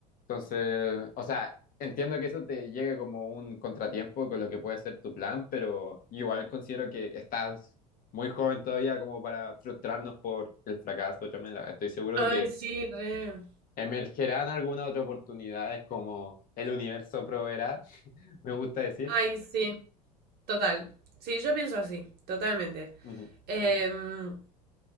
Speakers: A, on the left (about 40°); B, on the right (about 50°).
A: Entonces, o sea, entiendo que eso te llegue como un contratiempo con lo que puede ser tu plan, pero igual considero que estás muy joven todavía como para frustrarnos por el fracaso de otra manera. Estoy seguro
B: Ay,
A: de que
B: sí, re.
A: emergerán algunas otras oportunidades como el universo proveerá, <laughs> me gusta decir.
B: Ay, sí. Total. Sí, yo pienso así, totalmente.
A: Ujú.
B: Em,